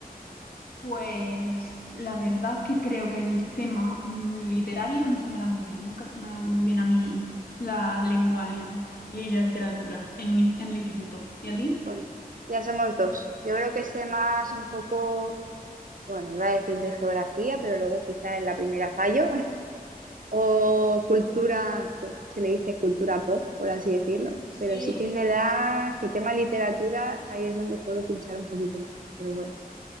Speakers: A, on the left; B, on the right.
A: Pues la verdad que creo que el tema mm, literario no se me da muy bien. Nunca se me ha dado muy bien a mí la lengua en, y la literatura en, mi- en el instituto. ¿Y a ti?
B: Bueno, ya somos dos. Yo creo que sé más un poco, bueno, iba a decir de geografía, pero luego quizá en la primera fallo. o cultura, pues, se le dice cultura pop, por así decirlo,
A: Sí,
B: pero sí que es verdad que tema literatura, ahí es donde puedo pinchar un poquito más, pero bueno.